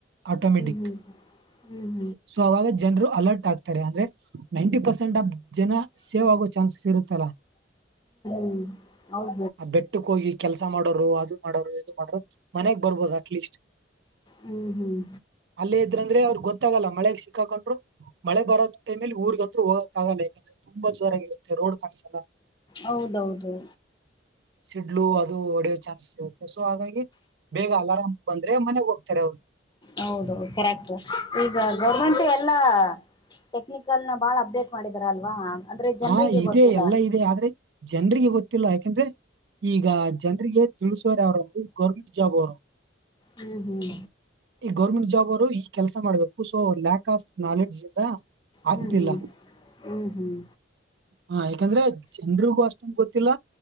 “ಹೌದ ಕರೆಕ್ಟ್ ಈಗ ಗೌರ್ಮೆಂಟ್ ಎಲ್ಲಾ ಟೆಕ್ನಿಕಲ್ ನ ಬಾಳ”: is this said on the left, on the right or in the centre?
Left